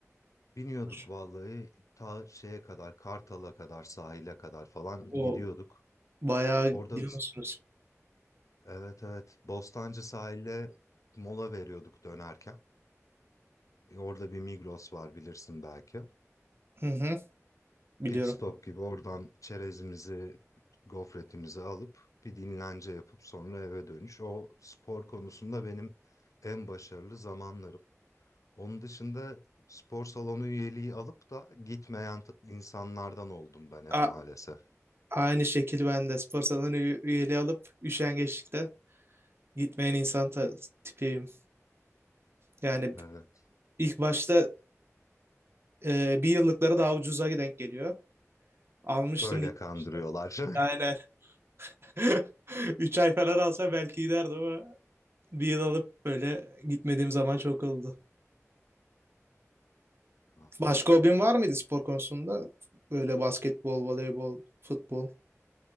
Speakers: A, on the left; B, on the right.
A: Biniyorduk
B: Koşu.
A: vallahi ta şeye kadar Kartal'a kadar sahile kadar falan
B: O
A: gidiyorduk.
B: bayağı
A: Orada
B: gidiyor musunuz?
A: Evet evet. Bostancı sahile mola veriyorduk dönerken. E, Orada bir Migros var bilirsin belki.
B: Hı hı. Biliyorum.
A: Pit stop gibi oradan çerezimizi, gofretimizi alıp bir dinlence yapıp sonra eve dönüş. O spor konusunda benim en başarılı zamanlarım. Onun dışında spor salonu üyeliği alıp da gitmeyen t- insanlardan oldum ben hep
B: A-
A: maalesef.
B: aynı şekil ben de spor salonu üye- üyeliği alıp üşengeçlikten gitmeyen insan ta- tipiyim. Yani
A: Evet.
B: ilk başta e, bir yıllıkları daha ucuza denk geliyor. Almıştım
A: Öyle
B: gitmiştim.
A: kandırıyorlar.
B: Aynen. <laughs> Üç ay falan alsa belki giderdim ama bir yıl alıp böyle gitmediğim zaman çok oldu.
A: <laughs> Anladım.
B: Başka hobin var mıydı spor konusunda? Böyle basketbol, voleybol, futbol,